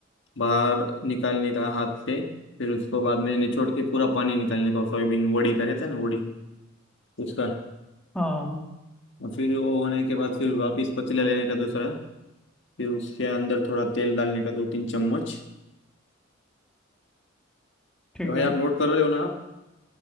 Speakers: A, on the left; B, in the centre.
A: बाहर निकालने का हाथ पे फिर उसको बाद में निचोड़ के पूरा पानी निकालने का सोयाबीन वोडी का रहता है ना वोडी उसका
B: हाँ हाँ
A: और फिर वो होने के बाद फिर वापस पतीला लेने का दूसरा फिर उसके अंदर थोड़ा तेल डालने का दो तीन चम्मच
B: ठीक
A: भाई
B: है
A: आप नोट कर रहे हो ना आप